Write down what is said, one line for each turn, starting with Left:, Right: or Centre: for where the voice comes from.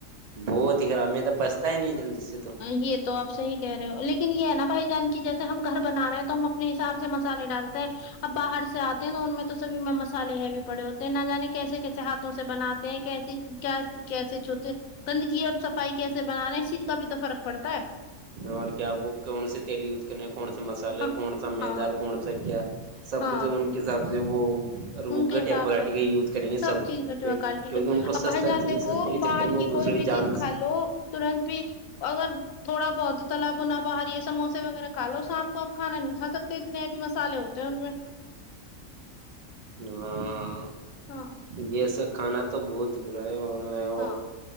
Right: بہت ہی خراب میدا پچتا ہی نہیں جلدی سے تو
Left: یہ تو آپ صحیح کہہ رہے ہو لیکن یہ ہے نا بھائی جان کی جیسے ہم گھر بنا رہے ہیں تو ہم اپنے حساب سے مسالے ڈالتے ہیں اب باہر سے آتے ہیں نا ان میں تو سبھی سالے ہے بھی پڑے ہوتے ہیں نہ جانے کیسے کیسے ہاتھوں سے بنے ہیں کیس کیا کیسے چھوتے گندگی اور صفائی کیسے بنانا اس چیز کا بھی تو فرق پڑتا ہے
Right: اور کیا وہ کون سے تیل یوز کرنے ہیں کون سے مسالے
Left: ہاں
Right: کون سا مدار
Left: ہاں
Right: کون سا کیا سب
Left: ہاں
Right: کچھ تو ان کے حساب سے وہ اور
Left: ان
Right: وہ
Left: کے
Right: گھٹیا
Left: حساب
Right: کوالٹی
Left: سے ہوتا
Right: کا یوز کریں گے سب
Left: چیز بیٹوا
Right: کیک
Left: کوالٹی کے
Right: ان کو سستا
Left: اب بھائی جان
Right: چاہیے
Left: دیکھو
Right: سستے کے
Left: باہر
Right: چکر میں وہ
Left: کی کوئی
Right: دوسروں
Left: بھی
Right: کی جان
Left: چیز کھالو ترنت بھی اگر تھوڑا بہت تالبنا باہر یہ سموسے وغیرہ کھا لو شام کو آپ کھانا نہیں کہا سک اتنے ایپی مسالے ہوتے ہیں ان میں
Right: ہاں
Left: ہاں
Right: جیسے کھانا تو بہت ہی برا ہے لائ
Left: ہاں